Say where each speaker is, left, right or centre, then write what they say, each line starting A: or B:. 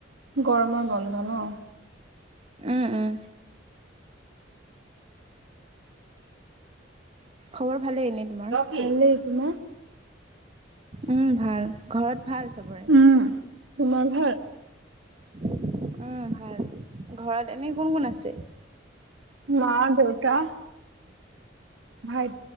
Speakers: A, on the right; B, on the right.
A: গৰমৰ বন্ধ ন
B: উম উম। খবৰ ভালেই এনেই তোমাৰ।
A: ভালেই, তোমাৰ
B: উম ভাল ঘৰত ভাল চবৰে।
A: উম। তোমাৰ ভাল?
B: উম ভাল ঘৰত এনে কোন কোন আছে।
A: মা দেউতা ভাই